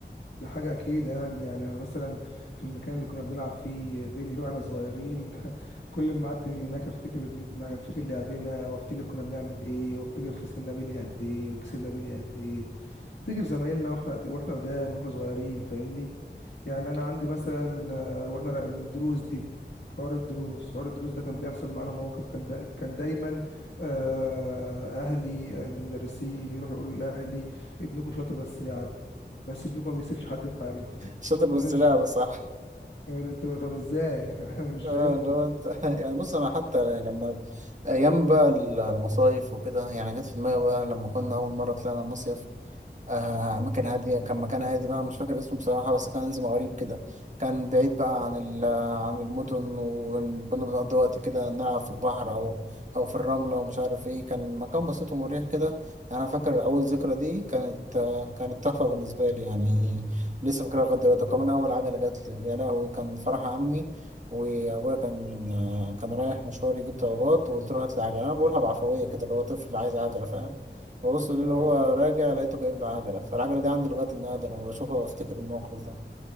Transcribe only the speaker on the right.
شاطر بس
لعبة
صح
اه
لو انت <laughs> يعني بص انا حتى لما ايام بقى المصايف وكده يعني جت في دماغي بقى لما كنا اول مرة طلعنا مصيف آه مكان هادي كان مكان هادي بقى مش فاكر اسمه بصراحة بس كان اسمه غريب كده كان بعيد بقى عن ال عن المدن وكنا بنقضي وقت كده نلعب في البحر أو أو في الرملة ومش عارف إيه كان مكان بسيط ومريح كده أنا فاكر أول ذكرى دي كانت آه، كانت تحفة بالنسبة لي يعني لسه فاكرها لغاية دلوقتي وكمان أول عجلة جات لي يا لهوي كان فرح عمي وأبويا كان آه، كان رايح مشوار يجيب طلبات وقلت له هات لي عجلة أنا بقولها بعفوية كده اللي هو طفل عايز عجلة فاهم ببص اللي
هو راجع لقيته جايب له عجلة فالعجلة دي عندي لغاية النهاردة أنا بشوفها وأفتكر الموقف ده